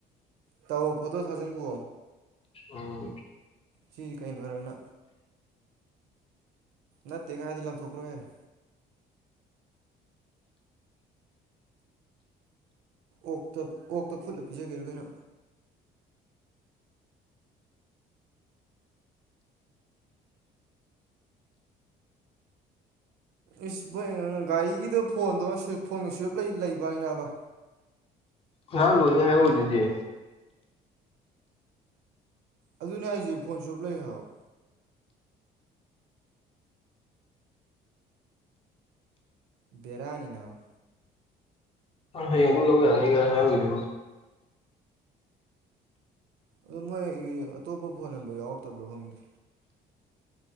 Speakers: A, on the right; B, on the left.
A: ꯇꯑꯣ ꯐꯇꯣ ꯊ ꯍꯖꯝ ꯀ
B: ꯑꯥ
A: ꯁꯤ ꯀꯩꯅꯣꯔꯅ ꯅꯠꯇꯦꯒꯥꯏꯗꯤ ꯂꯪꯊꯣꯛꯈ꯭ꯔꯣ ꯌꯥꯔꯦ ꯑꯣꯛꯇ ꯑꯣꯛꯇ ꯐꯨꯠꯂ ꯄꯤꯖꯒꯦꯔ ꯀꯩꯅꯣ ꯏꯁ ꯃꯣꯏ ꯒꯥꯔꯤꯒꯤꯗꯣ ꯐꯣꯟꯗꯣ ꯐꯣꯟꯒꯤ ꯁꯨꯋꯞ ꯂꯩꯕ꯭ꯔꯅꯤꯅꯥꯕ
B: ꯉ ꯂꯣꯏꯅꯦ ꯍꯥꯏꯑꯣꯏꯗꯨꯗꯤ
A: ꯑꯗꯨꯅꯦ ꯑꯩꯁꯦ ꯐꯣꯟ ꯁꯨꯞꯞ ꯂꯩ ꯍꯥꯏ꯭ꯔꯕ ꯕꯦꯔꯅꯤꯅ
B: ꯍꯣꯏ ꯍꯌꯦꯡ ꯑꯗꯨꯝ ꯂꯧ ꯌꯥꯅꯤꯒꯥꯏ ꯍꯥꯏꯗꯨ
A: ꯑꯣ ꯃꯣꯏꯒꯤ ꯑꯇꯣꯞꯄ ꯐꯣꯟ ꯅꯝꯕꯔ ꯌꯥꯎꯔꯛꯇꯕ꯭ꯔꯣ ꯐꯪꯗꯦ